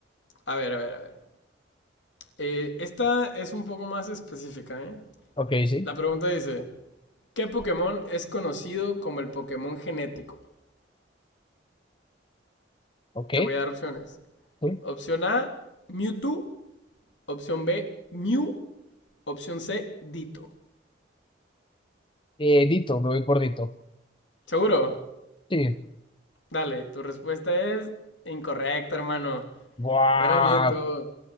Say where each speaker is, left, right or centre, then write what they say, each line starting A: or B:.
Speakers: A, on the left; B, on the left.
A: A ver, a ver, a ver. Eh, esta es un poco más específica, ¿eh?
B: Ok, sí,
A: La pregunta dice, ¿qué Pokémon es conocido como el Pokémon genético?
B: ok.
A: Te voy a dar opciones.
B: Sí.
A: Opción A, Mewtwo. Opción B, Mew. Opción C, Ditto.
B: Eh, Dito, me voy por Dito.
A: ¿Seguro?
B: Sí.
A: Dale, tu respuesta es incorrecta, hermano.
B: Wow,
A: Era Mewtwo.